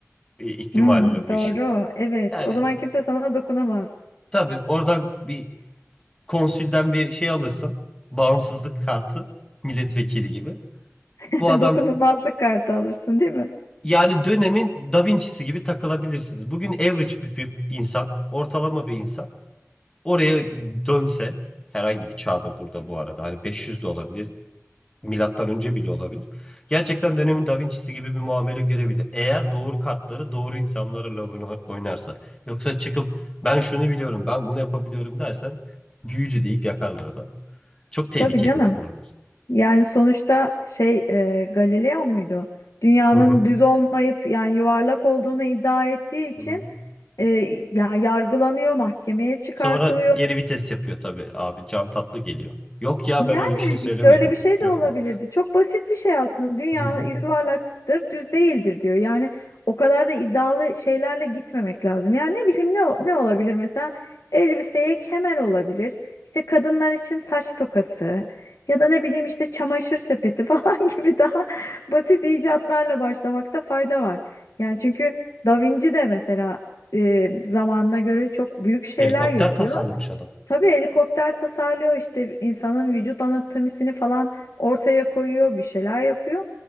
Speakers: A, on the left; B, on the left.
A: e, ihtimalle
B: Hmm,
A: bu
B: doğru
A: işin.
B: evet
A: Yani
B: o zaman kimse sana dokunamaz.
A: tabii oradan bir konsülden bir şey alırsın bağımsızlık kartı milletvekili gibi.
B: <laughs>
A: Bu adam
B: Dokunulmazlık kartı alırsın değil mi?
A: Yani dönemin Da Vinci'si gibi takılabilirsiniz. Bugün average bir, bir insan, ortalama bir insan oraya dönse herhangi bir çağda burada bu arada hani 500 de olabilir, milattan önce bile olabilir. Gerçekten dönemin Da Vinci'si gibi bir muamele görebilir. Eğer doğru kartları doğru insanlarla oyna- oynarsa. Yoksa çıkıp ben şunu biliyorum, ben bunu yapabiliyorum dersen büyücü deyip yakarlar adam. Çok tehlikeli
B: Tabii canım.
A: sınırlar.
B: Yani sonuçta şey e, Galileo muydu? Dünyanın
A: Hı hı.
B: düz olmayıp yani yuvarlak olduğunu iddia ettiği için
A: Hı hı.
B: e, yani yargılanıyor, mahkemeye çıkartılıyor.
A: Sonra geri vites yapıyor tabii abi. Can Tatlı geliyor. Yok ya
B: Yani
A: ben öyle bir şey söylemedim.
B: işte öyle bir şey
A: falan
B: de olabilirdi.
A: diyor.
B: Çok basit bir şey aslında. Dünya
A: Hı hı.
B: yuvarlaktır, düz değildir diyor. Yani o kadar da iddialı şeylerle gitmemek lazım. Yani ne bileyim ne o- ne olabilir mesela elbiseye kemer olabilir. İşte kadınlar için saç tokası ya da ne bileyim işte çamaşır sepeti <laughs> falan gibi daha basit icatlarla başlamakta fayda var. Yani çünkü Da Vinci de mesela e, zamanına göre çok büyük şeyler
A: Helikopter
B: yapıyor.
A: tasarlamış adam.
B: Tabii helikopter tasarlıyor işte insanın vücut anatomisini falan ortaya koyuyor, bir şeyler yapıyor.